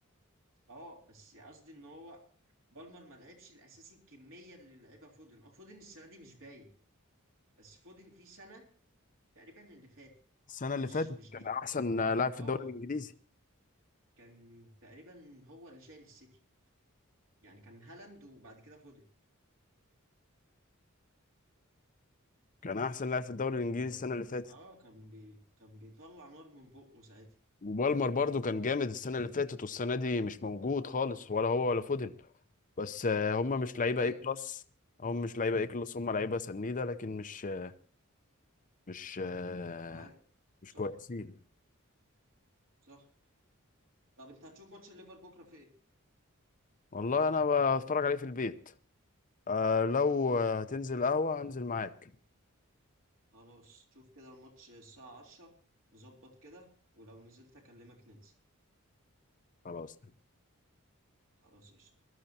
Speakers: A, on the right; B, on the left.
A: اه بس قصدي إن هو بالمر ما لعبش الأساسي الكمية اللي لعبها فودن اه فودن السنة دي مش باين بس فودن في سنة تقريبا اللي فاتت
B: السنة اللي
A: مش
B: فاتت
A: مش
B: كان
A: دي
B: أحسن لاعب في
A: اه
B: الدوري الإنجليزي
A: كان تقريبا هو اللي شايل السيتي يعني كان هالاند وبعد كده فودن
B: كان أحسن لاعب في الدوري الإنجليزي
A: كان يعني
B: السنة اللي فاتت
A: اه كان بي كان بيطلع نار من بقه ساعتها
B: وبالمر برضو كان جامد السنة اللي فاتت والسنة دي مش موجود خالص ولا هو ولا فودن بس آه، هم مش لعيبة
A: ده حقيقي
B: ايه كلاس هم مش لعيبة ايه كلاس هم لعيبة سنيدة لكن مش آه، مش آه،
A: معاك
B: مش
A: صح
B: كويسين
A: صح طب انت هتشوف ماتش الليفر بكره في ايه
B: والله انا بتفرج عليه في البيت آه، لو آه، هتنزل قهوة هنزل معاك
A: خلاص شوف كده الماتش الساعه 10 نظبط كده ولو نزلت اكلمك ننزل
B: خلاص
A: خلاص قشطة